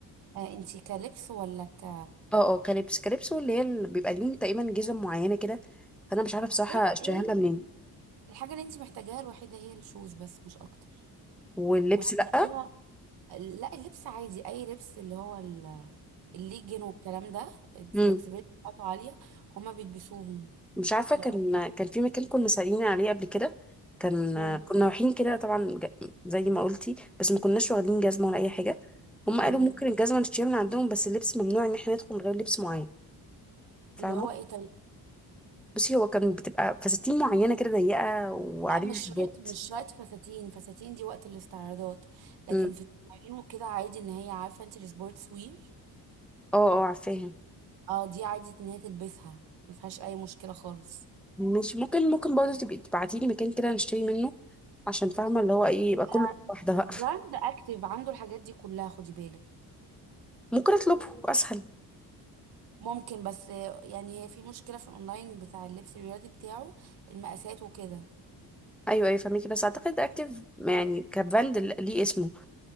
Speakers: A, on the right; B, in the centre.
A: آه انت كلبس ولا ك
B: اه اه كريبس كريبس واللي هي اللي بيبقى ليهم تقريبا جزم معينه كده فانا مش عارفه بصراحه
A: هي
B: اشتريها
A: ايه
B: لها
A: بصي
B: منين
A: الحاجه اللي انت محتاجاها الوحيده هي الشوز بس مش اكتر
B: واللبس
A: وهتلاقيها
B: لا
A: لا اللبس عادي اي لبس اللي هو ال- الليجن والكلام ده الفلكسبيليتي
B: امم
A: بتاعته عاليه هما بيلبسوهم
B: مش عارفه
A: لو
B: كان كان في مكان كنا سالين عليه قبل كده كان
A: مم.
B: كنا رايحين كده طبعا ج- زي ما قلتي بس ما كناش واخدين جزمه ولا اي حاجه هم
A: تمام
B: قالوا ممكن الجزمه نشتريها من عندهم بس اللبس ممنوع ان احنا ندخل من غير لبس معين فاهمه
A: اللي هو ايه طيب
B: بصي هو كان بتبقى فساتين معينة كده ضيقة وعليها
A: لا مش
B: حاجات
A: شرط مش شرط فساتين فساتين دي وقت الاستعراضات لكن
B: امم
A: في التمارين وكده عادي ان هي عارفه انت السبورتس وير
B: اه اه عارفاها
A: اه دي عادي ان هي تلبسها ما فيهاش اي مشكله خالص
B: مش ممكن ممكن برضه تبقي تبعتي لي مكان كده نشتري منه عشان فاهمة اللي هو ايه يبقى كله
A: آه،
B: واحدة بقى
A: براند اكتيف عنده الحاجات دي كلها خدي بالك
B: ممكن اطلبه اسهل
A: ممكن بس آه، يعني هي في مشكله في الاونلاين بتاع اللبس الرياضي بتاعه المقاسات وكده
B: ايوه ايوه فاهمكي بس اعتقد اكتف يعني كبراند ل- ليه اسمه